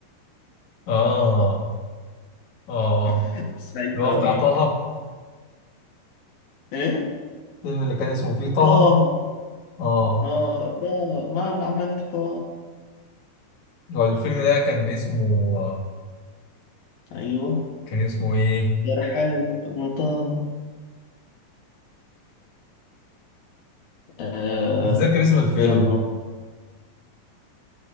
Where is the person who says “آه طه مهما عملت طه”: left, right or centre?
Left